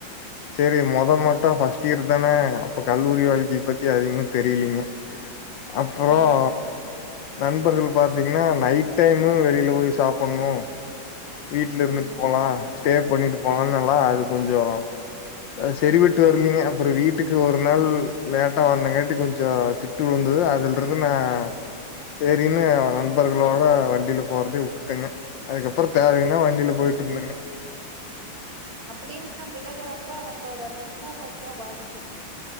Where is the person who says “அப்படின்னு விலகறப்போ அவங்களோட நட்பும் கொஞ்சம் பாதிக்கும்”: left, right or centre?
Right